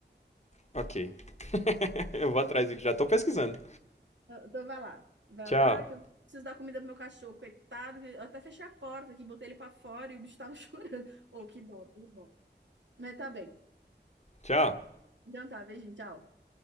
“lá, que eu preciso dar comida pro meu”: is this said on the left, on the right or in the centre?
Right